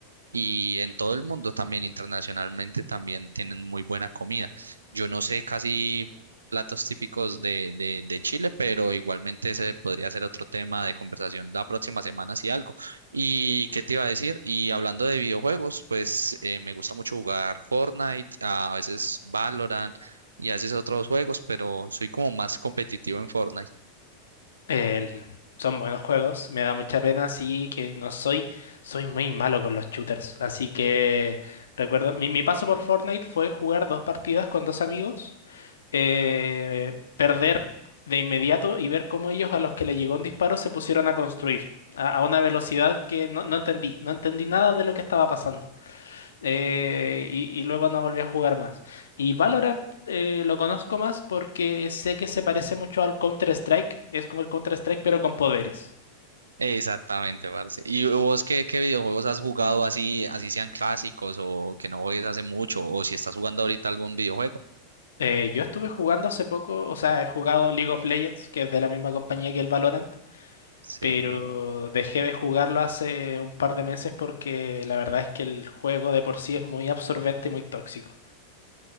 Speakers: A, on the right; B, on the left.
A: y en todo el mundo también, internacionalmente también tienen muy buena comida. Yo no sé casi platos típicos de, de, de Chile, pero igualmente ese podría ser otro tema de conversación la próxima semana si algo. ¿Y qué te iba a decir? Y hablando de videojuegos, pues eh, me gusta mucho jugar Fortnite, a veces Valorant y a veces otros juegos, pero soy como más competitivo en Fortnite.
B: El- son buenos juegos, me da mucha pena, sí que no soy, soy muy malo con los shooters, así que recuerdo, mi, mi paso por Fortnite fue jugar dos partidas con dos amigos, eh, perder de inmediato y ver cómo ellos a los que le llegó un disparo se pusieron a construir a, a una velocidad que no, no entendí, no entendí nada de lo que estaba pasando eh, y, y luego no volví a jugar más. Y Valorant eh, lo conozco más porque sé que se parece mucho al Counter-Strike. Es como el Counter-Strike, pero con poderes.
A: Exactamente, parce. ¿Y vos qué, qué videojuegos has jugado así, así sean clásicos o que no juegues hace mucho o si estás jugando ahorita algún videojuego?
B: Eh, yo estuve jugando hace poco, o sea, he jugado League of Legends, que es de la misma compañía que el Valorant,
A: Sí.
B: pero dejé de jugarlo hace un par de meses porque la verdad es que el juego de por sí es muy absorbente y muy tóxico.